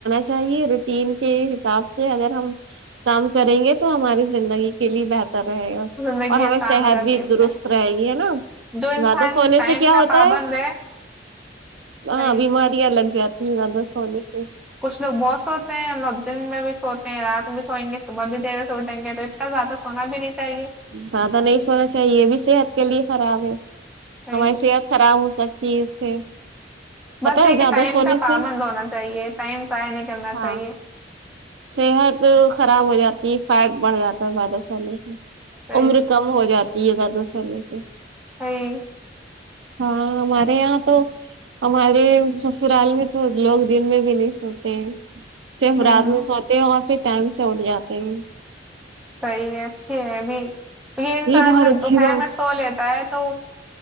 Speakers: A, on the right; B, in the centre.
A: چاہیے روٹین کے حساب سے اگر ہم کام کریں گے تو ہماری زندگی کے لیے بہتر رہے گا
B: زندگی
A: اور ہمیں
B: آسان
A: صحت
B: ہو جاتی
A: بھی
B: ہے اس
A: درست
B: سے
A: رہے گی ہے نا
B: جو انسان
A: زیادہ سونے
B: ٹائم
A: سے کیا
B: کا
A: ہوتا
B: پابند
A: ہے ہاں
B: صحیح
A: بیماریاں لگ جاتی ہیں زیادہ سونے سے
B: لو بہت سوتے ہیں لو دن میں بھی سوتے ہیں رات میں بھی سوئیں گے صبح بھی دیر ب سےوٹتے ے تو اتنا زیادہ سونا بھی نہیں چاہیے
A: زیادہ نہیں سونا چاہیے بھی صحت کے لیے خراب ہے
B: صحیح
A: ہماری صحت خراب ہو سکتی <unintelligible>
B: بس یہ
A: ہے زیادہ
B: کہ ٹائم
A: سونے
B: کا پابند
A: سے
B: ہونا چاہیے ٹائم ضائع نہیں کرنا
A: ہاں
B: چاہیے
A: صحت خراب ہو جاتی ہے فیٹ بڑھ جاتا ہے زیادہ سہنے سے
B: صحیح
A: عمر کم ہو جاتی ہے گ <unintelligible>
B: صحی
A: ہاں ہمارے یہاں تو ہمارے سسرال میں تو لوگ دن میں بھی نہیں سوتے ہیں صرف
B: ہوں
A: رات میں اور پھر ٹائم سے اٹھ جاتے ہیں
B: صحی ہے اچھے ہے ابھی یہ انسان
A: بہت
B: جب
A: اچھی
B: دوپہر
A: بات
B: میں سو لیتا ہے تو